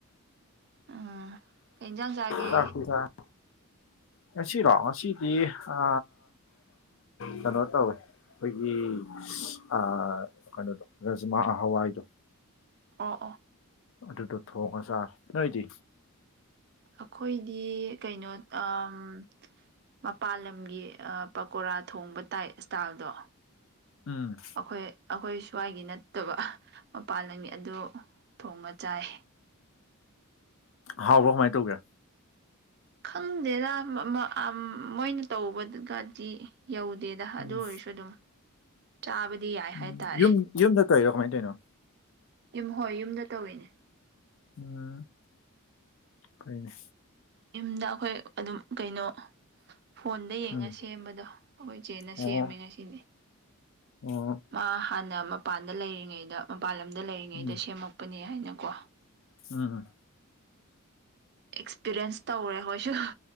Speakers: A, on the right (about 45°); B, on the left (about 60°).
A: ꯎꯝ ꯀꯩ ꯏꯟꯖꯥꯡ ꯆꯥꯒꯦ
B: ꯆꯥꯛꯇꯤ ꯆꯥꯔꯦ ꯉꯁꯤꯔꯣ ꯉꯁꯤꯗꯤ ꯑ ꯀꯅꯣ ꯇꯧꯋꯦ ꯈꯣꯏꯒꯤ ꯑ ꯀꯅꯣꯗꯣ ꯔꯥꯖꯃꯥ ꯍꯋꯥꯏꯗꯣ
A: ꯑꯣ ꯑꯣ
B: ꯑꯗꯨꯗꯣ ꯊꯣꯡꯉ ꯆꯥꯔ ꯅꯣꯏꯗꯤ
A: ꯑꯩꯈꯣꯏꯗꯤ ꯀꯩꯅꯣ ꯑꯥꯝ ꯃꯄꯥꯜ ꯂꯝꯒꯤ ꯑ ꯄꯀꯣꯔꯥ ꯊꯣꯡꯕ ꯇꯥꯏꯞ ꯏꯁ꯭ꯇꯥꯏꯜꯗꯣ
B: ꯎꯝ꯫
A: ꯑꯈꯣꯏ ꯑꯈꯣꯏ ꯁ꯭ꯋꯥꯏꯒꯤ ꯅꯠꯇꯕ ꯃꯄꯥꯟ ꯂꯝꯒꯤ ꯑꯗꯨ ꯊꯣꯡꯉ ꯆꯥꯏ
B: ꯍꯥꯎꯕ꯭ꯔꯥ ꯀꯃꯥꯥꯏ ꯇꯧꯒꯦ
A: ꯈꯪꯗꯦꯗ ꯃꯥ ꯑꯥ ꯃꯣꯏꯅ ꯇꯧꯕꯗꯥꯗꯤ ꯌꯧꯗꯦ ꯗ ꯑꯗꯨ
B: ꯎꯝ
A: ꯑꯣꯏꯔꯁꯨ ꯑꯗꯨꯝ ꯆꯥꯕꯗꯤ ꯌꯥꯏ
B: ꯎꯝ
A: ꯍꯥꯏꯇꯥꯔꯦ
B: ꯌꯨꯝ ꯌꯨꯝꯗ ꯇꯩꯔꯣ ꯀꯃꯥꯏꯟ ꯇꯩꯅꯣ
A: ꯌꯨꯝ ꯍꯣꯏ ꯌꯨꯝꯗ ꯇꯧꯋꯤꯅꯦ
B: ꯎꯝ ꯐꯩꯅꯦ
A: ꯌꯨꯝꯗ ꯑꯈꯣꯏ ꯑꯗꯨꯝ ꯀꯩꯅꯣ ꯐꯣꯟꯗꯩ ꯌꯦꯡꯉ
B: ꯎꯝ
A: ꯁꯦꯝꯕꯗꯣ ꯑꯩꯈꯣꯏ ꯆꯦꯟꯅ
B: ꯑꯣ
A: ꯁꯦꯝꯃꯦ ꯉꯁꯤꯗꯤ
B: ꯑꯣ
A: ꯃꯥ ꯍꯥꯟꯅ ꯃꯄꯥꯟꯗ ꯂꯩꯔꯤꯉꯩꯗ ꯃꯄꯥꯟ ꯂꯝꯗ ꯂꯩꯔꯤꯉꯩꯗ
B: ꯎꯝ
A: ꯁꯦꯝꯃꯛꯄꯅꯦ ꯍꯥꯢꯅꯀꯣ
B: ꯎꯝ꯫
A: ꯑꯦꯛꯁꯄꯤꯔꯤꯌꯦꯟꯁ ꯇꯧꯔꯦ ꯈꯣꯢꯁꯨ